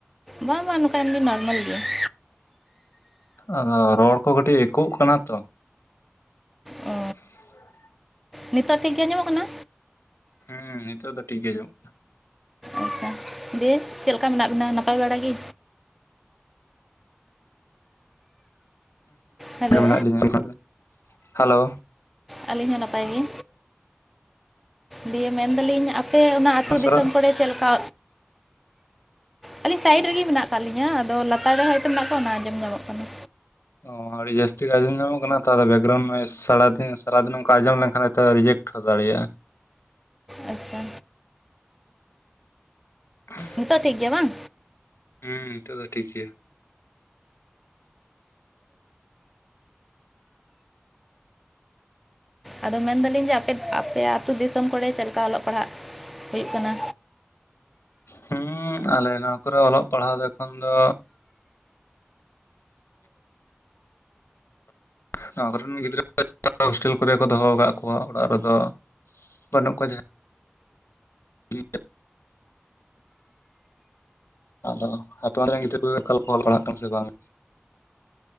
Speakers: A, in the centre; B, on the left.
A: ᱵᱟᱝ ᱵᱟᱝ, ᱱᱚᱝᱠᱟ ᱮᱢᱱᱤ ᱱᱚᱨᱢᱟᱞ ᱜᱮᱭᱟ ᱾
B: ᱟᱫᱚ ᱨᱚᱲ ᱠᱚ ᱠᱟᱹᱴᱤᱡ ᱮᱠᱳᱜ ᱠᱟᱱᱟ ᱛᱚ ᱾
A: ᱚ
B: <unintelligible>
A: ᱱᱤᱛᱚᱜ ᱴᱷᱤᱠ ᱜᱮ ᱟᱸᱡᱚᱢᱚᱜ ᱠᱟᱱᱟ?
B: ᱦᱮᱸ, ᱱᱤᱛᱚᱜ ᱫᱚ ᱴᱷᱤᱠ ᱜᱮ ᱟᱸᱡᱚᱢᱚᱜ ᱠᱟᱱᱟ ᱾
A: ᱟᱪᱪᱷᱟ ᱵᱮᱥ ᱪᱮᱫ ᱞᱮᱠᱟ ᱢᱮᱱᱟᱜ ᱵᱤᱱᱟ ᱱᱟᱯᱟᱭ ᱵᱟᱲᱟ ᱜᱤ? ᱦᱮᱞᱳ
B: ᱢᱮᱱᱟᱜ <unintelligible> ᱞᱤᱧᱟ ᱦᱮᱞᱳ
A: ᱟᱞᱤᱧ ᱦᱚᱸ ᱱᱟᱯᱟᱭ ᱜᱤ ᱫᱤᱭᱮ ᱢᱮᱱ ᱫᱟᱞᱤᱧᱼᱼ ᱯᱮ ᱚᱱᱟ ᱟᱛᱩ ᱫᱤᱥᱚᱢ
B: ᱥᱚᱨᱟᱜ
A: ᱠᱚᱨᱮ ᱪᱮᱜ ᱞᱮᱠᱟ? ᱟᱹᱞᱤᱧ ᱥᱟᱭᱤᱰ ᱨᱤᱜᱤ ᱢᱮᱱᱟᱜ ᱠᱟᱜ ᱞᱤᱧᱟᱹ ᱟᱫᱚ ᱞᱟᱛᱟᱨ ᱨᱮ ᱦᱚᱭᱛᱚ ᱢᱮᱱᱟᱜ ᱠᱚᱣᱟ ᱚᱱᱟ ᱟᱸᱡᱚᱢ ᱧᱟᱢᱚᱜ ᱠᱟᱱᱟ᱾
B: ᱚᱻ ᱟᱹᱰᱤ ᱡᱟᱹᱥᱛᱤ ᱜᱮ ᱟᱸᱡᱚᱢ ᱧᱟᱢᱚᱜ ᱠᱟᱱᱟ ᱛᱚ ᱟᱫᱚ ᱵᱮᱜᱨᱟᱣᱩᱱ ᱥᱟᱲᱟ ᱫᱤᱱᱼᱼ ᱥᱟᱨᱟᱫᱤᱱ ᱚᱝᱠᱟ ᱟᱸᱡᱚᱢ ᱞᱮᱱᱠᱷᱟᱱ ᱦᱚᱭᱛᱚ ᱨᱤᱡᱮᱠᱴ ᱦᱚᱸ ᱫᱟᱲᱮᱭᱟᱜᱼᱟ᱾
A: ᱟᱪᱪᱷᱟ᱾
B: <inaudible>
A: ᱱᱤᱛᱚᱜ ᱴᱷᱤᱠ ᱜᱮᱭᱟ ᱵᱟᱝ?
B: ᱦᱩᱸ ᱱᱤᱛᱚᱜ ᱫᱚ ᱴᱷᱤᱠ ᱜᱮᱭᱟ᱾
A: ᱟᱫᱚ ᱢᱮᱱᱫᱟᱞᱤᱧ ᱡᱮ ᱟᱯᱮ ᱟᱯᱮ ᱟᱛᱩ ᱫᱤᱥᱚᱢ ᱠᱚᱨᱮ ᱪᱮᱫ ᱞᱮᱠᱟ ᱚᱞᱚᱜ ᱯᱟᱲᱦᱟᱜ ᱦᱩᱭᱩᱜ ᱠᱟᱱᱟ?
B: ᱦᱩᱸ ᱟᱞᱮ ᱱᱚᱣᱟ ᱠᱚᱨᱮ ᱚᱞᱚᱜ ᱯᱟᱲᱦᱟᱣ ᱫᱚ ᱮᱠᱷᱚᱱ ᱫᱚ ᱱᱚᱣᱟ ᱠᱚᱨᱮᱱ ᱜᱤᱫᱽᱨᱟᱹ ᱠᱚ ᱦᱳᱥᱴᱮᱞ ᱠᱚᱨᱮ ᱜᱮ ᱠᱚ ᱫᱚᱦᱚ ᱠᱟᱫ ᱠᱚᱣᱟ ᱚᱲᱟᱜ ᱨᱮᱫᱚᱼᱼ ᱵᱟᱹᱱᱩᱜ ᱠᱚᱣᱟ <unintelligible> ᱟᱫᱚ ᱟᱯᱮ ᱚᱸᱰᱮ ᱨᱮᱱ ᱜᱤᱫᱽᱨᱟᱹ ᱠᱚᱜᱮ ᱚᱠᱟᱞᱮᱠᱟ ᱠᱚ ᱚᱞᱚᱜ ᱯᱟᱲᱦᱟᱜ ᱠᱟᱱᱟ ᱥᱮ ᱵᱟᱝ?